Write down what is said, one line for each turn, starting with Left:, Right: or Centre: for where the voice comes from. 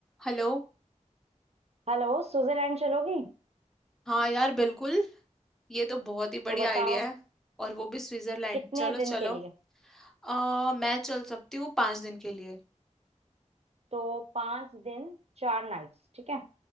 Centre: Hello
Right: Hello Switzerland चलोगी
Centre: हाँ यार बिल्कुल ये तो बहुत ही बढ़िया
Right: तो बताओ
Centre: आइडिया है और वो भी स्विट्जरलैंड
Right: कितने
Centre: चलो
Right: दिन
Centre: चलो
Right: के लिए
Centre: आ, मैं चल सकती हूँ पाँच दिन के लिए
Right: तो पाँच दिन चार नाइट्स ठीक है